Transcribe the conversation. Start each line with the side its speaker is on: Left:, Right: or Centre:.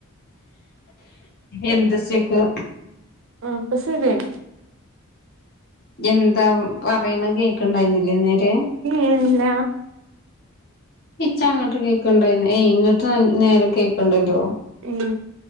Left: എന്ത് സ്റ്റെക്
Right: ആഹ് ഇപ്പോശേരിയായി
Left: എന്താ പറയണ കേക്കണ്ടായിരുന്നില്ലേ നേരെ
Right: ഏ, ഇല്ല
Left: ചച്ച അങ്ങോട്ട് കേക്കണ്ടായിന്ന് ഏയ് ഇങ്ങട്ട് നേരെ കേക്കണ്ടല്ലോ
Right: ഉം